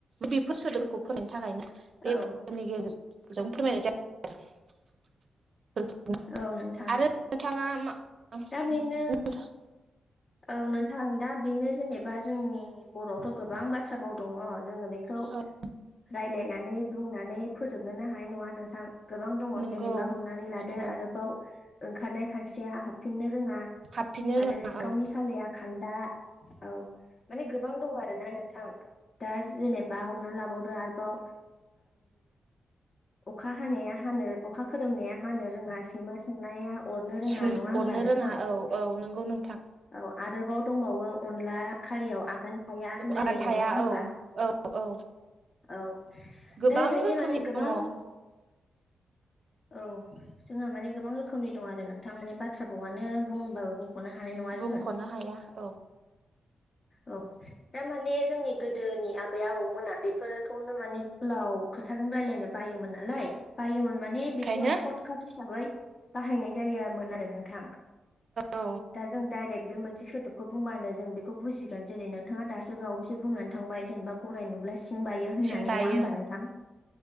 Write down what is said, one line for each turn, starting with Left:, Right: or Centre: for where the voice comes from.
Right: बेफोर सोदोबखौ फोरायनो थाखायनो बेनि
Left: औ
Right: गेजेरजों जों फोरमायनाय जाब
Left: औ नोंथां
Right: आरो नोंथाङा माथ
Left: दा बेनो औ नोंथां दा बेनो जेनेबा जोंनि बर'आवथ' गोबां बाथ्रााबाव दंङ जोङो बेखौ
Right: ओ
Left: राय्लायनानै बुंनानै फोजोबनोनो हानाय नङा नोंथां गोबां दङ
Right: नंगौ
Left: जेनेबा हमनानै लादो
Right: नंगौ
Left: आरोबाव ओंखारनाय खानस्रिया हाबफिननो रोङा
Right: हाबफिननो
Left: आरो
Right: रोङा
Left: सिखावनि
Right: औ
Left: सालाया खान्दा औ माने गोबां दं आरो आरोना नोंथां दा जेनेबा हमना लाबावदो आरोबाव अखा हानाया अखा खोरोमनाया हानो रोङा सैमा संनाया अरनो रोङा
Right: सुं
Left: नङा
Right: अरनो
Left: नोंथां
Right: रोङा औ औ नंगौ नोंथां
Left: औ आरोबाव दंबावो अनला खारियाव आगानखाया होनलायलायनाय
Right: आगान थाया
Left: नङा होमबा
Right: औ औ
Left: औ
Right: गोबां
Left: दा बेबायदि
Right: रोखोमनि
Left: माने गोबां
Right: दङ
Left: औ जोंहा माने गोबां रोखोमनि दं आरो नोंथां माने बाथ्रा बावनो बुंबाबो बुं नो हानाय ना
Right: बुंख'नो
Left: जोङो
Right: हाया औ
Left: औ दमाने जोंनि गोदोनि आबै आबौमोना बेफोरखौनो माने गोलाव खोथाजों राय्लायनो बायोमोन नालाय बायोमोन माने
Right: बेखायनो
Left: बेखौहाय सर्ट काट हिसाबै बाहायनाय जायामोन आरो नोंथां
Right: औ
Left: दा जों बे मोनसे सोदोबखौ बुंबानो जों बेखौ बुजिगोन जेरै नोंथाङा दासो बावैसो बुंनानै थांबाय जेनेबा गराय नुब्ला सिं बायो होननानै
Right: सिं बायो
Left: नङा होमबा नोंथां